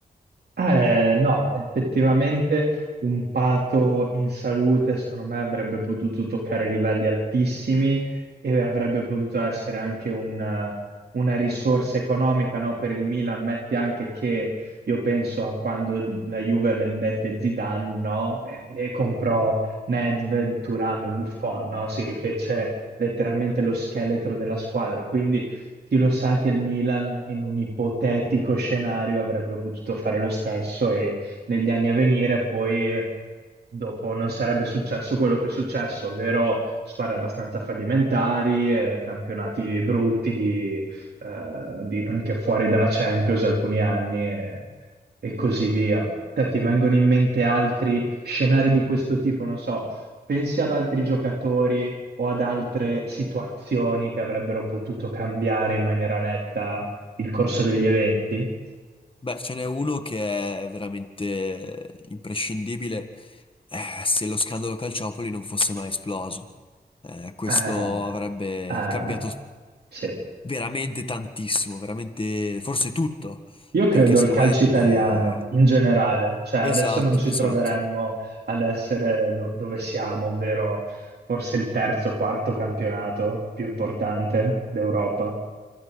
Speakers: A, on the right (about 70°); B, on the left (about 30°).
A: Eh, no, effettivamente un Pato in salute, secondo me, avrebbe potuto toccare livelli altissimi e avrebbe potuto essere anche un- eh, una risorsa economica, no, per il Milan. Metti anche che io penso a quando la Juve vendette Zidane, no, e e comprò Nedved, Thuram e Buffon, no? Si rifece letteralmente lo scheletro della squadra. Quindi chi lo sa che il Milan in un ipotetico scenario avrebbe potuto fare lo stesso e negli anni a venire poi dopo non sarebbe successo quello che è successo, ovvero squadre abbastanza fallimentari, eh, campionati brutti di, eh, di- anche fuori dalla Champions alcuni anni e, e così via. Te ti vengono in mente altri scenari di questo tipo? Non so, pensi ad altri giocatori o ad altre situazioni che avrebbero potuto cambiare in maniera netta il corso degli eventi.
B: Beh, ce n'è uno che è veramente imprescindibile, eh, se lo scandalo Calciopoli non fosse mai esploso. Eh, questo
A: Ah,
B: avrebbe
A: ah,
B: cambiato
A: sì.
B: veramente tantissimo, veramente forse tutto,
A: Io credo
B: perché secondo
A: il calcio
B: me...
A: italiano
B: eh,
A: in generale, cioè adesso
B: Esatto,
A: non ci
B: esatto.
A: troveremmo ad essere do- dove siamo, ovvero forse il terzo o quarto campionato più importante d'Europa.